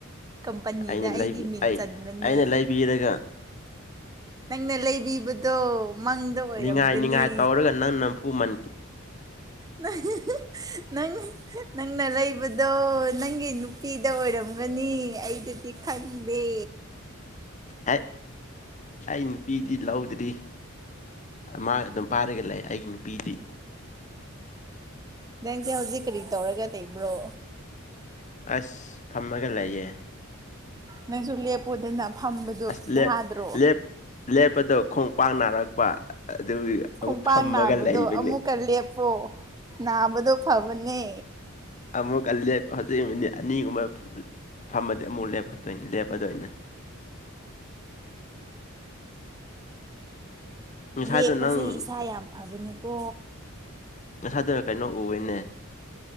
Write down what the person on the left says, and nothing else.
ꯑꯩꯅ
ꯂꯩꯕꯤ
ꯑꯩ
ꯑꯩꯅ ꯂꯩꯕꯤꯔꯒ
ꯅꯤꯡꯈꯥꯏ ꯅꯤꯡꯉꯥꯏ ꯇꯧꯔꯒ ꯅꯪ ꯅꯝꯐꯨ ꯃꯟꯈꯤ
ꯍꯦꯛ ꯑꯩ ꯅꯨꯄꯤꯗꯤ ꯂꯧꯗ꯭ꯔꯤ ꯃꯥ ꯑꯗꯨꯝ ꯄꯥꯏꯔꯒ ꯂꯩꯥ ꯑꯩꯒꯤ ꯅꯨꯄꯤꯗꯤ
ꯑꯁ ꯐꯝꯃꯒ ꯂꯩꯌꯦ
ꯑꯁ ꯂꯦꯞ
ꯂꯦꯞ ꯂꯦꯞꯄꯗꯣ ꯈꯣꯡ ꯄꯥꯛ ꯅꯥꯔꯛꯄ ꯑꯗꯨꯒꯤ
ꯑꯃꯨꯛ ꯐꯝꯃꯒ
ꯂꯩꯕꯅꯤ
ꯑꯃꯨꯛ ꯂꯦꯞ ꯍꯧꯖꯤꯛ ꯃꯤꯅꯤꯠ ꯑꯅꯤ ꯒꯨꯝꯕ ꯐꯝꯃꯗꯤ ꯑꯃꯨꯛ ꯂꯦꯞꯈꯠꯇꯣꯏꯅꯤ ꯂꯦꯞꯄꯗꯣꯏꯅꯦ ꯉꯁꯥꯏꯗꯣ
ꯅꯪ
ꯉꯁꯥꯗ ꯀꯩꯅꯣ ꯎꯌꯦꯅꯦ